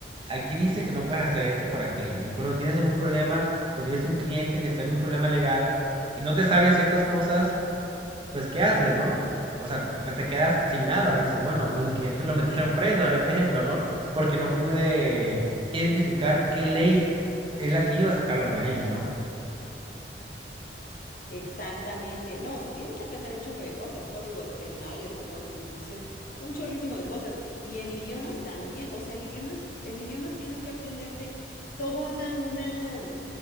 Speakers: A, on the right (about 30°); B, on the left (about 55°).
A: aquí dice que no puedes hacer esto por aquello. Y por ejemplo, tienes algún problema o tienes un cliente que está en un problema legal y no te sabe ciertas cosas, pues ¿qué haces, no? O sea, pues te quedas sin nada. Dices, bueno, pues mi cliente lo <laughs> metieron preso en este ejemplo, ¿no? Porque no pude identificar qué ley es la que iba a sacarlo de ahí, ¿no?
B: Exactamente. No, se tienen que aprender un chorro de cosas, códigos penales, la constitución, un chorrísimo de cosas. Y en idiomas también, o sea, en idiomas, en idiomas tienes que aprenderte toda una,